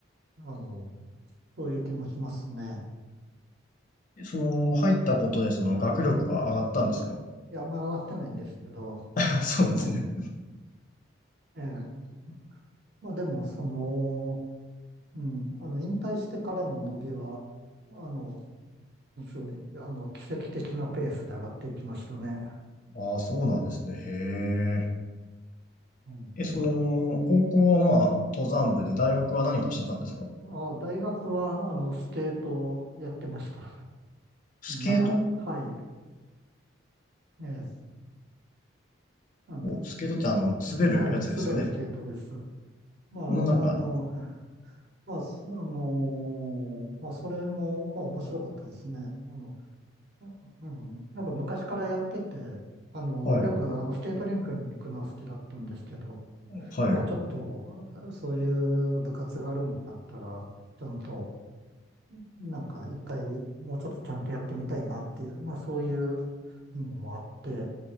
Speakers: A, on the right (about 55°); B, on the left (about 40°).
A: あの、そういう気もしますね。
B: えその、入ったことで、その、学力は上がったんですか
A: いや、あんま上がってないんですけど、
B: <laughs> そうですね。
A: ええ、ええ。まあでも、その、うん、あの、引退してからの伸びは、あの、すごい、あの、奇跡的なペースで上がっていきましたね。
B: ああ、そうなんですね。へえ。
A: うん。
B: え、その、高校はまあ、登山部で、大学は何かしてたんですか
A: あ大学は、あの、スケートをやってました。
B: スケート
A: また、はい。ええ、なんで、
B: おスケートってあの、滑るやつですよね。
A: はい、滑るスケートです。まあ、
B: のなんか、
A: あの、まあ、すあのーまあ、それも、まあ、面白かったですね。あの、うん。やっぱ昔からやってて、あの、
B: はい、
A: よく、あの、スケートリンクに行くのは好きだったんですけど、
B: はい、
A: まあちょっと、そういう部活があるんだったら、ちゃんと、なんか一回、もうちょっとちゃんとやってみたいなっていう、まあそういうのもあって、